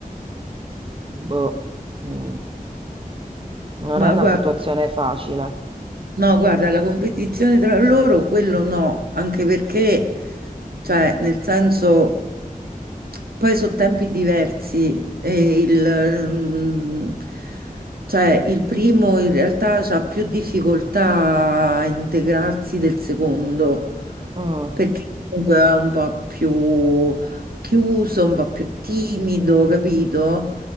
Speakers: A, on the right; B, on the right.
A: boh, mm, non
B: Ma
A: è una
B: guarda.
A: situazione facile.
B: No, guarda, la competizione tra loro, quello no, anche perché, cioè, nel senso, poi sono tempi diversi e il, mm, cioè, il primo in realtà ha più difficoltà a integrarsi del secondo,
A: Mm,
B: perché comunque è un po' più chiuso, un po' più timido, capito?